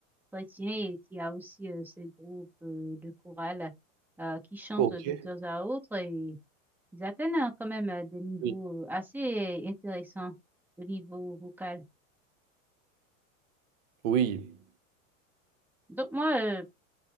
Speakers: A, in the centre; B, on the right.
A: chrétien et qui a aussi euh, ses groupes euh, de chorale euh, qui chantent
B: Ok.
A: de temps à autre et ils atteignent euh, quand même euh, des niveaux
B: Oui.
A: euh, assez intéressants au niveau vocal.
B: Oui.
A: Donc moi, euh,